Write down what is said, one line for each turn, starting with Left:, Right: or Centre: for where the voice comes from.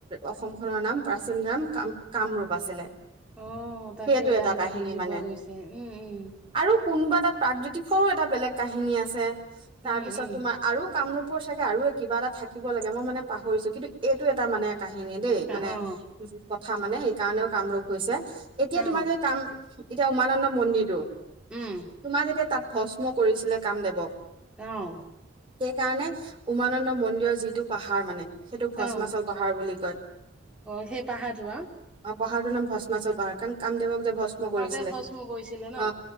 Right: অসম খনৰ নাম প্ৰাচীন নাম কাম কামৰূপ আছিলে।
Centre: আহ তাকেই
Right: সেইটো এটা
Centre: আজি
Right: কাহিনী
Centre: বুজি
Right: মানে
Centre: পোৱা গৈছে উম উম।
Right: আৰু কোনোবা তাত প্ৰাগজ্যোতিষৰো এটা বেলেগ কাহিনী আছে
Centre: উম
Right: তাৰ পিছত
Centre: উম
Right: তোমাৰ আৰু কামৰূপৰ চাগে আৰু কিবা এটা থাকিব লাগে মই মানে পাহৰিছো কিন্তু এইটো এটা মানে কাহিনী দেই,
Centre: অ
Right: মানে
Centre: অ
Right: কথা মানে সেই কাৰণেও কামৰূপ হৈছে। এতিয়া
Centre: অ
Right: তোমাৰ যে কাম এতিয়া উমানন্দ মন্দিৰটো
Centre: উম
Right: তোমাৰ যেতিয়া তাত ভস্ম কৰিছিলে কামদেৱক
Centre: অহ।
Right: সেইকাৰণে উমানন্দ মন্দিৰৰ যিটো পাহাৰ মানে সেইটো ভস্মাচল
Centre: অ
Right: পাহাৰ বুলি কয়।
Centre: অ সেই পাহাৰটো আও
Right: পাহাৰ টো নাম ভস্মাচল পাহাৰ কাৰণ কাম দেৱক যে ভস্ম কৰিছিলে,
Centre: তাতে ভস্ম কৰিছিলে ন
Right: অ